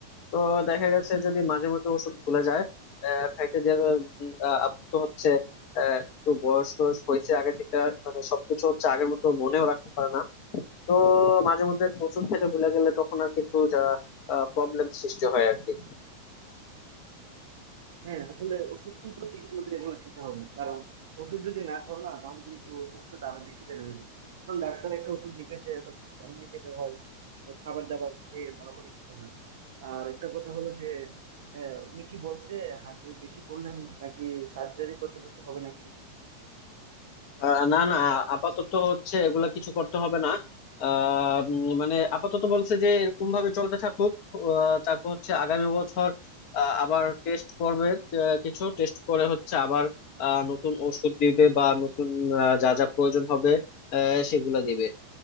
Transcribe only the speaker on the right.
হ্যাঁ আসলে ওষুধ কিন্তু ঠিক মতো এগুলো খেতে হবে কারণ ওষুধ যদি না খাও না তাহলে কিন্তু সমস্যাটা আরো বেশি বেড়ে যাবে কারণ ডাক্তার একটা ওষুধ লিখেছে ওটা এমনি খেতে হয় খাবার দাবার খেয়ে ভালো করে খেতে হয় আর একটা কথা হলো যে আহ, উনি কি বলছে হার্টের বেশি প্রবলেম নাকি সার্জারি করতে টরতে হবে নাকি